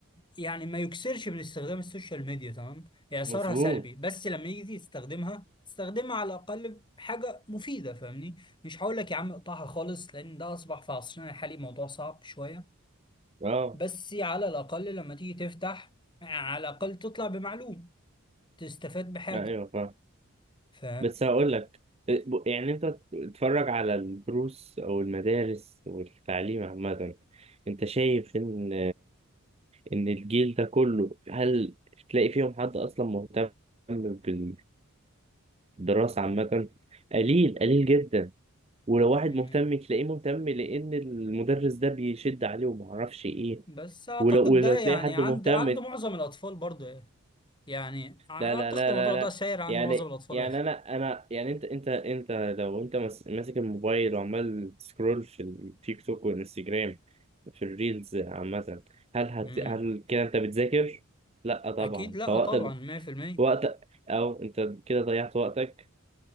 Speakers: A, on the left; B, on the right.
A: يعني ما يكسرش من استخدام السوشيال ميديا تمام يعني اثرها
B: مظبوط
A: سلبي بس لما يجي تستخدمها تستخدمها على الاقل حاجه مفيده فاهمني مش هقول لك يا عم اقطعها خالص لان ده اصبح في عصرنا الحالي موضوع صعب شويه
B: اه
A: بس على الأقل لما تيجي تفتح على الأقل تطلع بمعلوم تستفاد بحاجة
B: لا، ايوه فاهم
A: ف
B: بس هقول لك ب- يعني انت تتفرج على الدروس او المدارس والتعليم عامة انت شايف ان ان الجيل ده كله هل تلاقي فيهم حد اصلا مهتم الدراسة عامة قليل قليل جدا ولو واحد
A: مم.
B: مهتم تلاقيه مهتم لأن المدرس ده بيشد عليه ومعرفش إيه
A: بس أعتقد
B: ولو ولو
A: ده
B: تلاقي
A: يعني
B: حد
A: عند
B: مهتم
A: عند
B: لا
A: معظم الأطفال برضه يعني يعني أعتقد
B: لا لا لا
A: الموضوع ده
B: لا
A: ساير عند
B: يعني
A: معظم الأطفال
B: يعني
A: واخد
B: أنا أنا يعني أنت أنت أنت لو أنت مس- ماسك الموبايل وعمال تسكرول في التيك توك والإنستجرام في الريلز عامة هل هت
A: مم.
B: هل كده أنت بتذاكر؟ لا طبعا
A: أكيد لأ
B: فوقتك
A: طبعا 100%
B: وقت أو أنت كده ضيعت وقتك